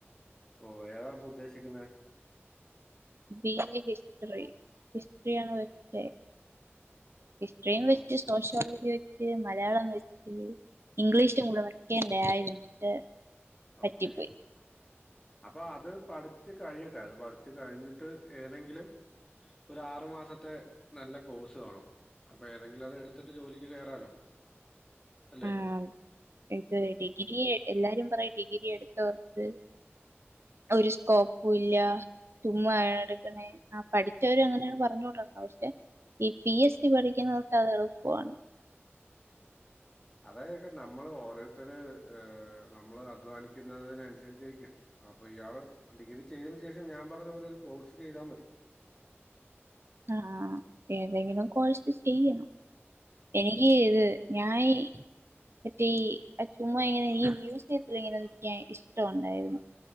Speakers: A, on the left; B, on the right.
A: ഓ ഏതാ അപ്പൊ ഉദ്ദേശിക്കുന്നെ
B: ബി എ ഹിസ്റ്ററി ഹിസ്റ്ററി ആണ് വെച്ചേ ഹിസ്റ്ററീം വെച്ച്
A: ഓഹ്!
B: സോഷ്യോളജി വെച്ച് മലയാളം വെച്ച് ഇംഗ്ലീഷും കൂടെ വെക്കേണ്ട ആയിരുന്നു പക്ഷെ
A: ആഹ്
B: പറ്റിപ്പോയി
A: ഓക്കേ അപ്പൊ അത് പഠിച്ചു കഴിയട്ടെ അത് പഠിച്ചു കഴിഞ്ഞിട്ട് ഏതെങ്കിലും ഒരു ആറു മാസത്തെ നല്ല കോഴ്സ് കാണും അപ്പൊ ഏതെങ്കിലും അത് എടുത്തിട്ട് ജോലിക്ക് കയറാലോ അല്ലേ
B: ആ, ഇത് ഡിഗ്രി എല്ലാരും പറയും ഡിഗ്രി എടുത്ത വർക്ക്‌ ഒരു സ്കോപ്പും ഇല്ല ചുമ്മാ എടുക്കണേ ആ പഠിച്ചവര് അങ്ങനെയാണ് പറഞ്ഞ് കൊണ്ട് നടക്കുന്നെ പക്ഷെ ഈ പി എസ് സി പഠിക്കുന്നവർക്ക് അത് എളുപ്പമാണ്
A: അതായതൊക്കെ നമ്മള് ഓരോരുത്തര് നമ്മള് അധ്വാനിക്കുന്നതിന് അനുസരിച്ചിരക്കും അപ്പൊ ഇയാള് ഡിഗ്രി ചെയ്തതിന് ശേഷം ഞാൻ പറഞ്ഞ പോലെ ഒരു കോഴ്സ് ചെയ്താ മതി
B: ആഹ് ഏതെങ്കിലും കോഴസ് ചെയ്യണം എനിക്ക് ഇത് ഞാനീ മറ്റേ ഈ ചുമ്മാ ഇങ്ങനെ ഈ മ്യൂസിയത്തിൽ ഇങ്ങനെ നിക്കാൻ ഇഷ് ടം ഉണ്ടായിരുന്നു